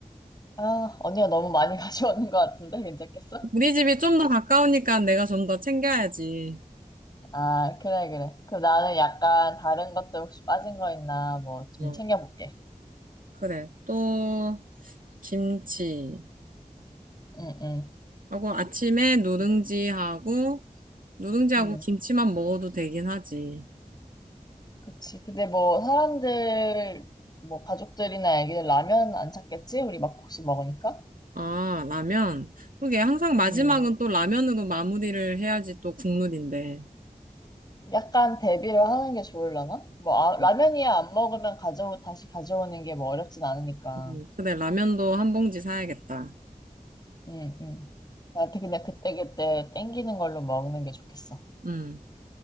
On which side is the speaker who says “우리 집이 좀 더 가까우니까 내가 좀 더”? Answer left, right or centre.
Right